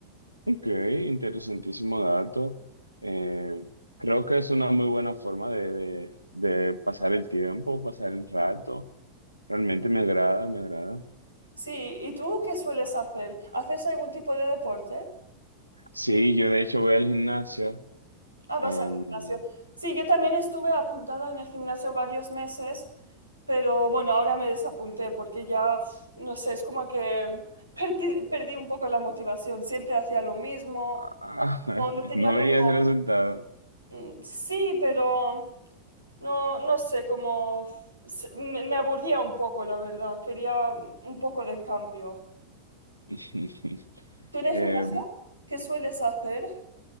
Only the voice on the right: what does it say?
Sí, ¿y tú qué sueles hacer? ¿Haces algún tipo de deporte?
Ah, vas
al gimnasio. Sí, yo también estuve apuntada en el gimnasio varios meses, pero bueno, ahora me desapunté porque ya, pf, no sé, es como que <laughs> perdí, perdí un poco la motivación. Siempre hacía lo mismo,
no, no tenía
como,
mm, sí, pero no, no sé, como pf, se- me, me aburría un poco, la verdad. Quería un poco de cambio.
¿Tú en el
gimnasio qué sueles hacer?